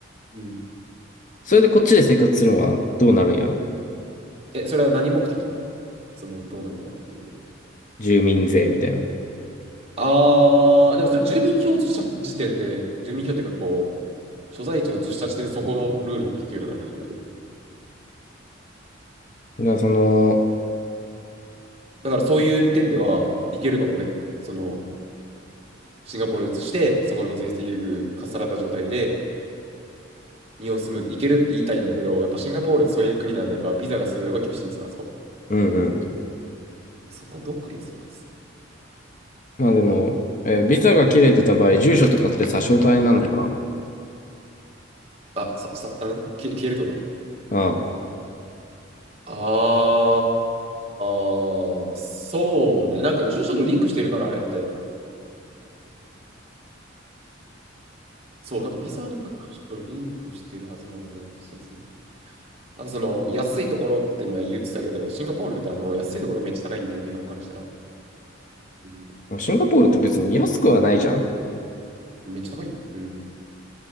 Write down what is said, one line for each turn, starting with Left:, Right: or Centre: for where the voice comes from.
Right: うん。
Left: それでこっちで生活するのはどうなるんやろ
Right: え、それは何目的その、どうなりなのっていうのは。
Left: 住民税みたいな。
Right: ああ、でもそれ住民票を移した時点で、住民票っていうかこう、所在地を移した時点でそこのルールの適用になるんじゃない
Left: だからその、
Right: だからそういう点ではいけるかもね。その、シンガポールに移して、そこの税制優遇かっさらった状態で、日本住むっていけるって言いたいんだけど、やっぱシンガポールってそういう国なんで、やっぱビザがすごい厳しいんですよ、あそこ。
Left: うんうん。
Right: そこをどうクリアするかです。
Left: まあでも、えービザが切れてた場合、住所とかって差し押さえになるのか
Right: あ、さ、さ、あの、消え消えるってこと
Left: な
Right: ああー、そうね。なんか住所とリンクしてるから、あれって。そう、なんかビザはなんかちょっとリンクしてるはずなんで、そうですね。あとその安いところって前言ってたけど、シンガポールってあの安いところがめっちゃ高いんで、日本からしたら。うん、
Left: うん。シンガポールって別に安くはないじゃん。
Right: めっちゃ高いよ。うん。